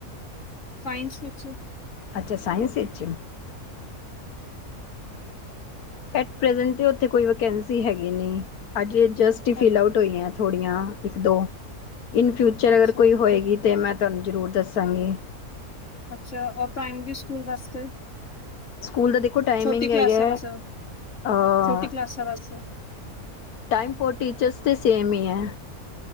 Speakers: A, on the left; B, on the left.
A: ਸਾਇੰਸ ਵਿੱਚ।
B: ਅੱਛਾ, ਸਾਇੰਸ ਇੱਚ। ਐਟ ਪਰੇਜੰਟ, ਓਥੇ ਕੋਈ ਵਕੈਂਸੀ ਹੈਗੀ ਨੀ। ਅੱਜੇ ਜਸਟ‌ ਈ
A: ਅੱਛ-
B: ਫਿਲ ਆਉਟ- ਹੋਈਆਂ ਥੋੜੀਆਂ ਇੱਕ -ਦੋ, ਇਨ ਫਿਊਚਰ
A: ਅੱਛਾ
B: ਅਗਰ ਕੋਈ ਹੋਏਗੀ ਤੇ ਮੈਂ- ਤਾਨੂੰ ਜ਼ਰੂਰ ਦੱਸਾਂਗੀ।
A: ਅੱਛਾ, ਆ ਪ੍ਰਾਇਮਰੀ ਸਕੂਲ ਵਾਸਤੇ?
B: ਸਕੂਲ ਦਾ ਦੇਖੋ, ਟਾਈਮਿੰਗ
A: ਛੋਟੀ ਕਲਾਸਾਂ
B: ਹੈਗਾ-ਆ
A: ਵਾਸਤੇ ਛੋਟੀ ਕਲਾਸਾਂ ਵਾਸਤੇ
B: ਟਾਈਮ ਫੋਰ ਟੀਚਰਸ ਤੇ ਸੇਮ ਈ ਐ।